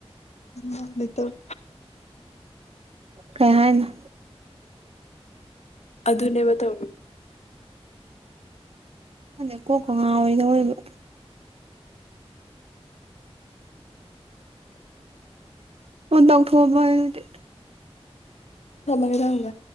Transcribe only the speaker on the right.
ꯀꯩꯍꯥꯏꯅ
ꯑꯗ ꯀꯣꯛꯀ ꯉꯥꯣꯏꯗ ꯑꯣꯏꯕ ꯑꯣ ꯇꯧꯊꯣꯛꯕ ꯑꯗꯨꯗꯤ꯫